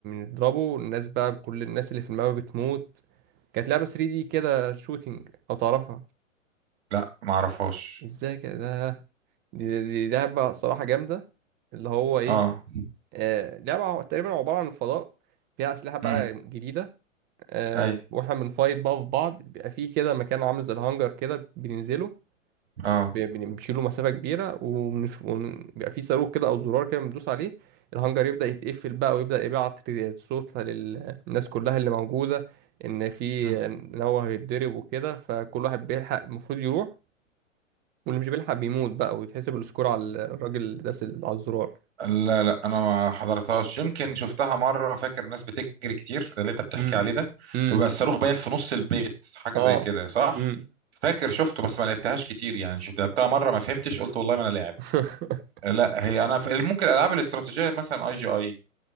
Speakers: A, on the right (about 25°); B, on the right (about 55°).
A: بنضربه الناس بقى كل الناس اللي في الماب بتموت كانت لعبه 3 دي كده شوتينج لو تعرفها
B: لا ما اعرفهاش
A: ازاي كده ده- دي, دي, دي لعبه صراحه جامده اللي هو ايه
B: اه
A: آه لعبه تقريبا عباره عن فضاء فيها اسلحه بقى
B: امم
A: جديده آه
B: اي
A: واحنا بنفايت بقى في بعض بيبقى في كده مكان عامل زي الهانجر كده بننزله
B: اه
A: بي- بنشيله مسافة كبيرة وبنف- وبيبقى في صاروخ كده أو زرار كده بندوس عليه الهانجر يبدأ يتقفل بقى ويبدأ يبعت صوت للناس كلها اللي موجودة إن في
B: مم.
A: إن هو هيتضرب وكده فكل واحد بيلحق المفروض يروح واللي مش بيلحق بيموت بقى ويتحسب السكور على الراجل اللي داس ال- على الزرار
B: لا لا انا ما حضرتهاش يمكن شفتها مره فاكر الناس بتجري كتير اللي انت بتحكي
A: امم
B: عليه ده
A: امم
B: وبقى الصاروخ باين في نص البيت حاجه
A: اه
B: زي كده صح
A: امم
B: فاكر شفته بس ما لعبتهاش كتير يعني شفت لعبتها مره ما فهمتش قلت والله ما انا لاعب
A: <laughs>
B: لا هي انا في ممكن العاب الاستراتيجيه مثلا اي جي اي